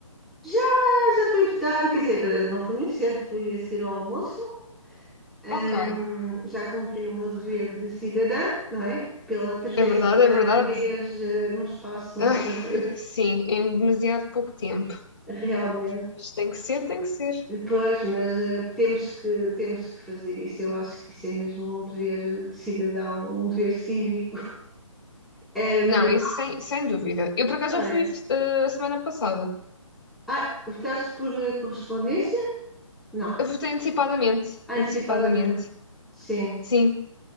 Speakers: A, in the centre; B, on the left (about 45°).
A: Já, já fui votar, quer dizer, não foi muito cedo, fui a seguir ao almoço. Hum,
B: Ok,
A: já cumpri o meu dever de cidadã, não é? Pela trigésima
B: é verdade, é verdade.
A: vez eh, num espaço, não
B: Ai,
A: sei quanto, <laughs>
B: sim, em demasiado pouco tempo,
A: realmente.
B: mas tem que ser, tem que ser.
A: Depois, mas eh, temos que, temos que fazer isso. Eu acho que isso é mesmo um dever de cidadão, um dever cívico Ehm,
B: Não, isso sem, sem dúvida. Eu por acaso
A: não
B: já
A: é?
B: fui eh, a semana passada.
A: Ah, votaste por eh, correspondência? Não,
B: Eu votei antecipadamente,
A: antecipadamente.
B: antecipadamente,
A: Sim.
B: sim.